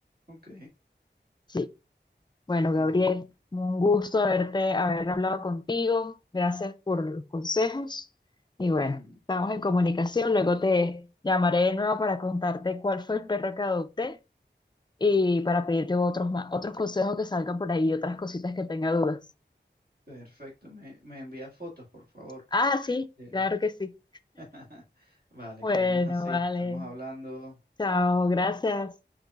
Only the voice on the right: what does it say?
Ok,
vale.
Ujú,
Perfecto, me, me envía fotos, por favor.
Eh.
<laughs> Vale,
quedamos así.
Estamos hablando.